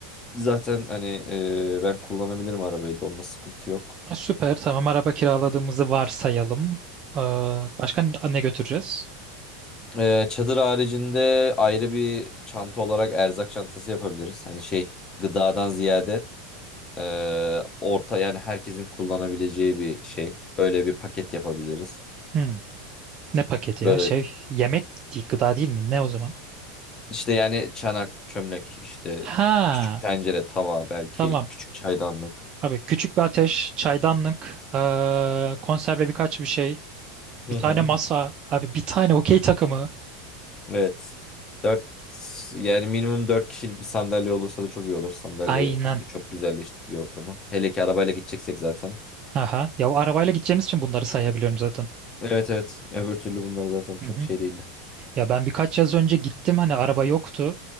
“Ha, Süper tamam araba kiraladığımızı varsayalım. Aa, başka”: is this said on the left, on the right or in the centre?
Right